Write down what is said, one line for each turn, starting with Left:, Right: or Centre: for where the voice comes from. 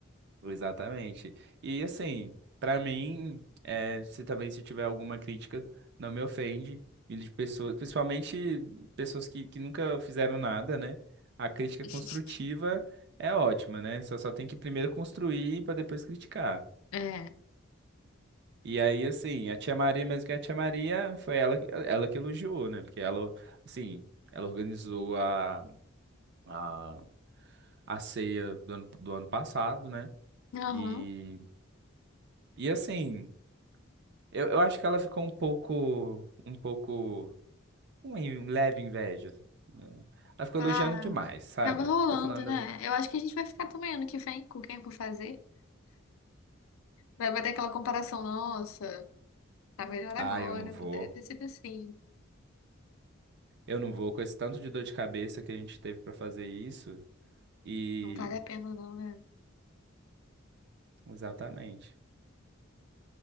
Right: exatamente. E assim, pra mim, é, se também se tiver alguma crítica, não me ofende. E de pessoas, principalmente pessoas que, que nunca fizeram nada, né? A crítica
Left: <laughs>
Right: construtiva é ótima, né? Só, só tem que primeiro construir pra depois criticar.
Left: É.
Right: E aí, assim, a tia Maria, mesmo que é a tia Maria, foi ela, que- ela que elogiou, né? Porque ela, assim, ela organizou a, a, a ceia do ano, do ano passado, né?
Left: Aham.
Right: E, e assim, eu, eu acho que ela ficou um pouco, um pouco, com em- leve inveja. né? Ela ficou
Left: Ah,
Right: elogiando demais, sabe?
Left: acaba rolando,
Right: Ficou falando,
Left: né? Eu acho que a gente vai ficar também ano que vem com quem for fazer. Vai bater aquela comparação, nossa, tá melhor agora,
Right: ah, eu não vou,
Left: poderia ter sido assim.
Right: eu não vou, com esse tanto de dor de cabeça que a gente teve pra fazer isso. E,
Left: Não vale a pena não, né?
Right: exatamente.